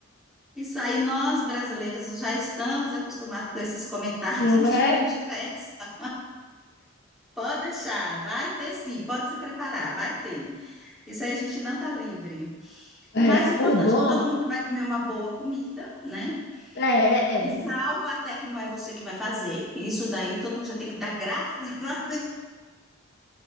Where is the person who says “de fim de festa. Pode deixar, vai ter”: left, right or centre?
Centre